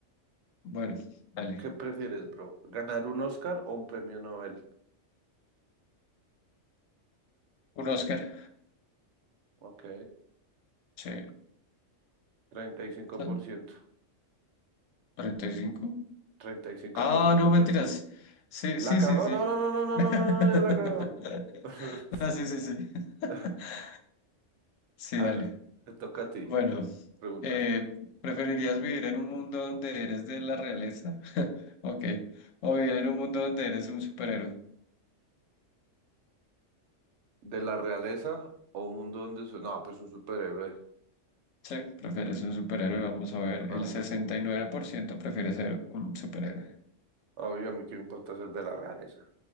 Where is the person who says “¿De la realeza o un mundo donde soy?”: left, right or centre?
Right